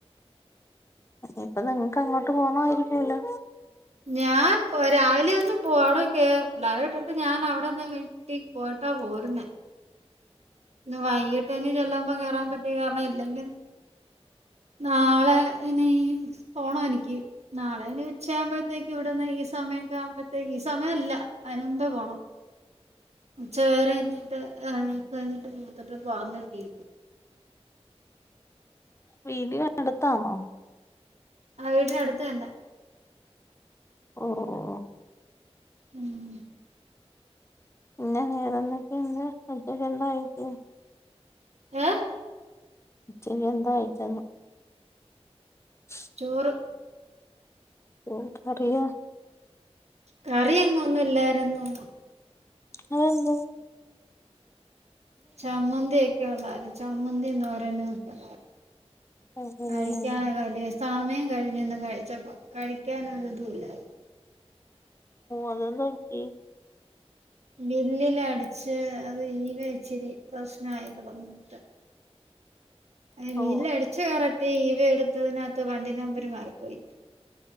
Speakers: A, on the left; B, on the right.
A: ഇപ്പ നിങ്ങക്ക് അങ്ങോട്ട് പോണായിരിക്കല്ലോ
B: ഞാൻ പോ രാവിലെ വന്ന് പോ അവിടൊക്കെ പിള്ളേർട്ടിട്ട് ഞാൻ അവിടൊന്ന് വി ട്ടിക്ക് പോയിട്ടാ പോരുന്നെ ഇന്ന് വൈകിട്ടേന് ചെല്ലുമ്പ കേറാൻ പറ്റി കാരണം ഇല്ലെങ്കിൻ നാളെ ഇനി പോണം എനിക്ക് നാളെ ഇനി ഉച്ചയായുമ്പോഴത്തേക്ക് ഇവിടന്ന് ഈ സമയൊക്കെ ആകുമ്പത്തെക്ക് ഈ സമയില്ല അയിനുമ്പേ പോണം ഉച്ചവരെ ഇന്നിട്ട് കഴിഞ്ഞിട്ട് കൊളുത്തിട്ട് പോവ്ന്നരിതി
A: വീടിയൊ അടുത്താന്നോ
B: ആഹ് വീട്ടിനടുത്ത് തന്നെ
A: ഓഹ് ഓഹ്
B: മ്
A: പിന്നെ വേറെന്തെക്കെ ഇണ്ട്? ഉച്ചക്ക് എന്താ കഴിച്ചേ? ഉം
B: ഏഹ്
A: <unintelligible> ഷ്
B: ചോറ്
A: എന്ത് കറിയ?
B: കറി എങ്ങും ഒന്നു ഇല്ലായിരുന്നു ഇന്ന്
A: അഹ് എന്ത്
B: ചമ്മന്തി ഒക്കെ ഇള്ളാര്ന്നു. ചമ്മന്തി തോരനും ഒക്കെ ഉള്ളായിരുന്നു
A: ഓ
B: കഴിക്കാനൊക്കെ അല്ലേ സമയം കഴിഞ്ഞ് ഇന്ന് കഴിച്ചപ്പ, കഴിക്കാൻ ഒര് ഇതുല്ലായിര്ന്നു.
A: അതെന്തു പറ്റി
B: ബില്ലില് അടിച്ച് അത് ഈവെ ഇച്ചിരി പ്രശ്നായി <unintelligible> അഹ് ബില്ല്
A: ഓ
B: അടിച്ച് കറക്റ്റ് ഈവെ എടുത്തതിനകത്ത് വണ്ടി നമ്പര് മാറിപ്പോയി